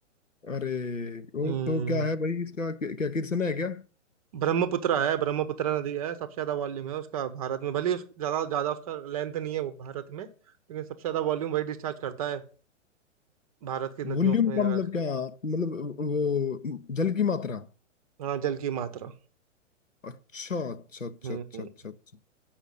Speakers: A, on the left; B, on the right.
A: अरे
B: हम्म,
A: और तो क्या है भाई इसका क्या क्या कृष्ण है क्या
B: ब्रह्मपुत्रा है ब्रह्मपुत्रा नदी है सबसे ज्यादा वॉल्यूम है उसका भारत में भले ही उस, ज्यादा ज्यादा उसका लेंथ नहीं है वो भारत में लेकिन सबसे ज्यादा वॉल्यूम वही डिस्चार्ज करता है भारत की नदियों
A: वॉल्यूम
B: में
A: का
B: अगर
A: मतलब क्या मतलब वो जल की मात्रा
B: हाँ जल की मात्रा
A: अच्छा अच्छा अच्छा
B: हम्म
A: अच्छा
B: हम्म,
A: अच्छा अच्छा